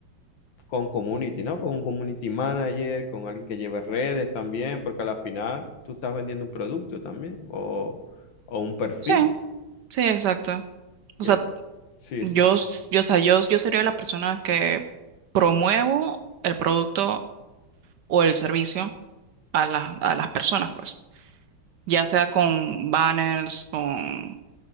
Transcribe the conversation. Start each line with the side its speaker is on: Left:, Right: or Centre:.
Left: con community, ¿no? Con un community manager, con alguien que lleve redes también, porque al final tú estás vendiendo un producto también o, o un perfil.
Right: Sí, sí, exacto.
Left: Que,
Right: O sea,
Left: sí,
Right: yo,
Left: sí.
Right: s- yo, o sea, yo, yo sería la persona que promuevo el producto o el servicio a las, a las personas, pues. Ya sea con banners, con,